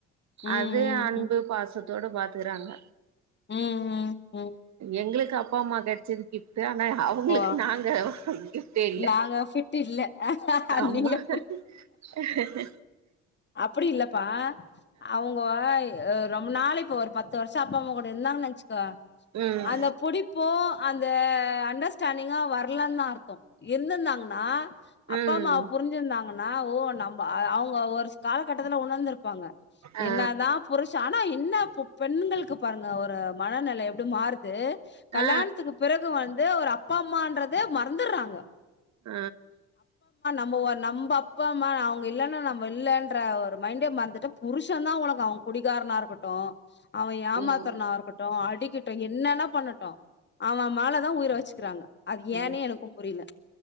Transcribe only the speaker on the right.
அதே அன்பு பாசத்தோடு பாத்துக்கறாங்க
எங்களுக்கு அப்பா அம்மா கெடைச்சது கிஃப்ட்டு ஆனா அவ்ங்களுக்கு
நாங்க ஒன்னு கிஃப்டு இல்ல
ஆமா
உ
ம்
ம்
ஆ
ஆ ஆ
ஆ
ம் ம்
ம்